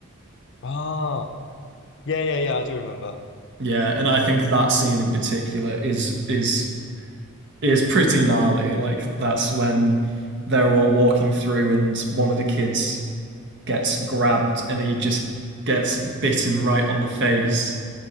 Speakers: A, on the left; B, on the right.
A: Ah, yeah, yeah, yeah. I do remember.
B: Yeah, and I think that scene in particular is is is pretty gnarly. Like that's when they're all walking through and one of the kids gets grabbed and he just gets bitten right on the face